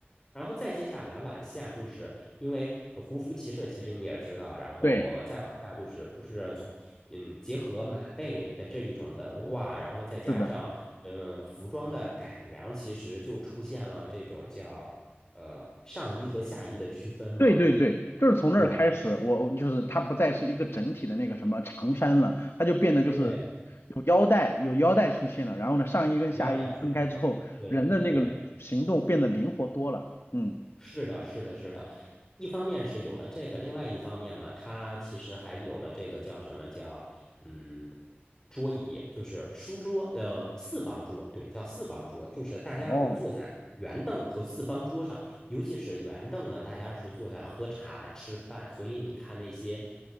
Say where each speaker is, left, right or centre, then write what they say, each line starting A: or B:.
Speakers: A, on the left; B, on the left.
A: 然后再接下来往下，就是因为胡服骑射，其实你也知道，然后再往下就是不是从嗯结合马背的这一种文化，
B: 对，
A: 然后再加上嗯服装的改良，
B: 是的。
A: 其实就出现了这种叫呃上衣和下衣的区分嘛，
B: 对对对，就是从那儿开始，
A: 对吧？
B: 我就是它不再是一个整体的那个什么长衫了，它就变得就是有腰带，
A: 对，
B: 有腰带出现了，然后呢，上衣跟下衣分开之后，
A: 腰带出去。对对对，
B: 人的那个行动变得灵活多了。嗯，
A: 是的，是的，是的。一方面是有了这个，另外一方面嘛，它其实还有了这个叫什么叫嗯桌椅，就是书桌，呃，四方桌，对，叫四方桌，就是大家会坐在圆凳和四方桌上，
B: 哦，
A: 尤其是圆凳呢，大家是坐在喝茶吃饭，所以你看那些